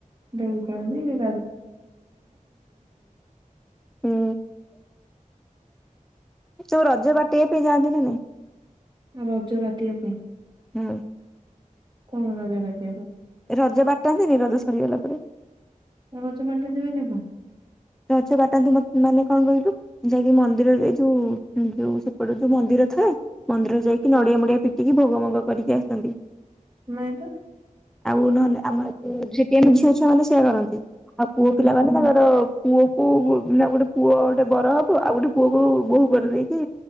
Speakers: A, on the right (about 35°); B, in the centre.
A: ଦୋଳି ଖେଳନ୍ତି <unintelligible>
B: ହୁଁ ତୁ ରଜ ବାଟିବା ପାଇଁ ଯାଆନ୍ତି ନା ନାଇଁ?
A: ରଜ ବାଟିବା ପାଇଁ
B: ହଁ।
A: କଣ ରଜ ବାଟିବା ପାଇଁ?
B: ରଜ ବାଟନ୍ତିନି ରଜ ସରିଗଲା ପରେ।
A: ରଜ ବାଟନ୍ତି ମାନେ କଣ?
B: ରଜ ବାଟନ୍ତି ମାନେ କଣ କହିଲୁ ଯାଇକି ମନ୍ଦିରରେ ଯୋଉ ଯୋଉ ସେପଟେ ଯୋଉ ମନ୍ଦିର ଥାଏ ମନ୍ଦିର ଯାଇକି ନଡିଆ ମଡିଆ ପିଟିକି ଭୋଗ ମୋଗ କରିକି ଆସନ୍ତି।
A: ନାଇଁ ତ।
B: ଆଉ ନହେଲେ ଆମର ଏତେ ସେଠି ଆମ ଝିଅ ଛୁଆ ମାନେ ସେଇଆ କରନ୍ତି। ଆଉ ପୁଅ
A: ହୁଁ।
B: ପିଲାମାନେ ତାଙ୍କର ପୁଅକୁ ମାନେ ଗୋଟେ ପୁଅ ଗୋଟେ ବର ହବ ଆଉ ଗୋଟେ ପୁଅକୁ ବୋହୂ କରିଦେଇକି